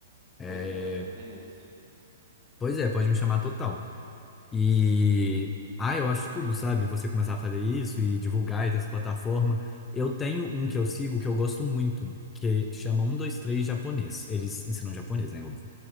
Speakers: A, on the right (about 40°); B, on the left (about 15°).
A: Pois
B: É,
A: é, eu pensei nisso.
B: Pois é, pode me chamar total. E ah, eu acho tudo, sabe? Você começar a fazer isso e divulgar e ter essa plataforma. Eu tenho um que eu sigo que eu gosto muito, que chama um dois três japonês. Eles ensinam japonês, né? Óbvio.